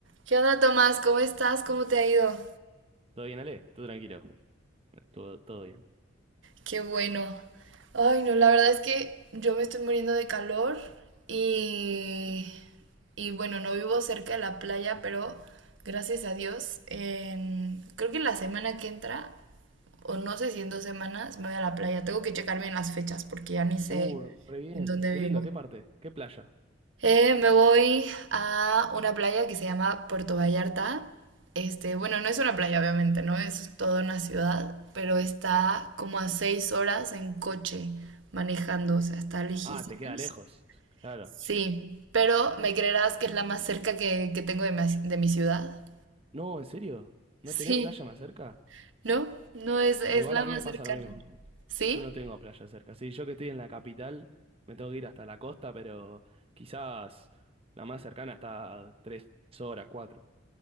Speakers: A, on the right; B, on the right.
A: ¿Qué onda, Tomás? ¿Cómo estás? ¿Cómo te ha ido?
B: ¿Todo bien, Ale? tú tranquilo. Todo, todo bien.
A: Qué bueno. Ay, no, la verdad es que yo me estoy muriendo de calor y, y bueno, no vivo cerca de la playa, pero gracias a Dios, en- creo que la semana que entra, o no sé si en dos semanas, me voy a la playa. Tengo que checar bien las fechas porque ya ni sé
B: Uh, re bien.
A: en dónde
B: Qué
A: vivo.
B: lindo, ¿qué parte? ¿Qué playa?
A: Eh, me voy a una playa que se llama Puerto Vallarta. Este, bueno, no es una playa, obviamente, ¿no? Es toda una ciudad, pero está como a seis horas en coche manejando, o sea, está lejísimos.
B: Ah, te queda lejos. Claro.
A: Sí, pero me creerás que es la más cerca que, que tengo de mi, de mi ciudad.
B: No, ¿en serio? ¿No
A: Sí,
B: tenés playa más cerca?
A: ¿no? No es, es
B: O igual
A: la
B: a
A: más
B: mí me pasa
A: cercana.
B: lo mismo.
A: ¿Sí?
B: Yo no tengo playa cerca. Sí, yo que estoy en la capital, me tengo que ir hasta la costa, pero quizás la más cercana está a tres horas, cuatro.